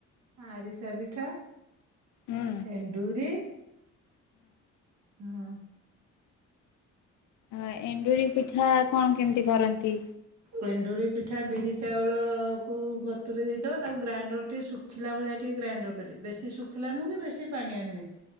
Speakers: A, on the right (about 60°); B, on the left (about 75°).
A: ଆରିସା ପିଠା,
B: ହୁଁ
A: ଏଣ୍ଡୁରି ହଁ।
B: ଅ ଏଣ୍ଡୁରି ପିଠା କଣ କେମିତି କରନ୍ତି?
A: ଏଣ୍ଡୁରି ପିଠା ବିରି ଚାଉଳକୁ ବତୁୁରେଇ ଦେଇଥବା ତାକୁ ଗ୍ରାଇଣ୍ଡର୍ ଟିକେ ଶୁ ଶଖିଲା ଭଳିଆ ଟିକେ ଗ୍ରାଇଣ୍ଡର୍ କରି ବେଶୀ ଶୁଖିଲା ନୁହେଁ କି ବେଶୀ ପାଣିଆ ନୁହେଁ।